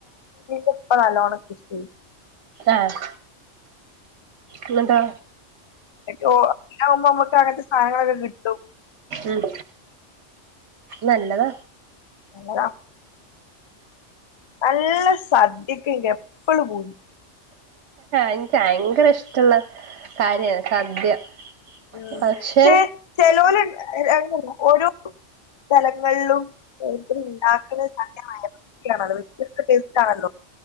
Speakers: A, on the left; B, on the right.
A: ഇപ്പോ നല്ലോണം കിട്ടി
B: ആഹ് എന്നിട്ടൊ
A: മറ്റെ ഓഹ് അധികം ആകുമ്പോ നമുക്ക് അങ്ങനത്തെ സാധനങ്ങളൊക്കെ കിട്ടും
B: ഉം നല്ലതാ
A: എന്നതാ നല്ല സദ്യക്ക് എപ്പള് പൂതി
B: എനക്ക് ഭയങ്കര ഇഷ്ട്ടൊള്ള കാര്യ സദ്യ
A: ഉം
B: പക്ഷെ
A: ചേ ചെലോല് അങ്ങനെ അല്ല ഓരോ സ്ഥലങ്ങളിലും ഓരോരുത്തര് ഒണ്ടാക്കുന്ന സാധങ്ങള് ആയാലും <unintelligible> വെത്യസ്ത ടേസ്റ്റ് ആണല്ലോ